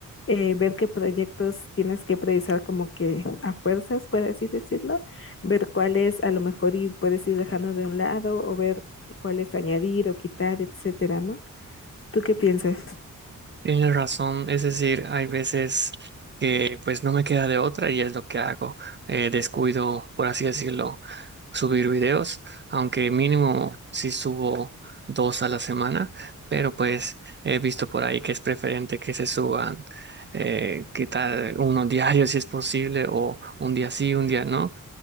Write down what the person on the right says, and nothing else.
Tienes razón, es decir, hay veces que pues no me queda de otra y es lo que hago. Eh, descuido, por así decirlo, subir videos, aunque mínimo si subo dos a la semana, pero pues he visto por ahí que es preferente que se suban, eh, qué tal, uno diario si es posible o un día sí, un día no,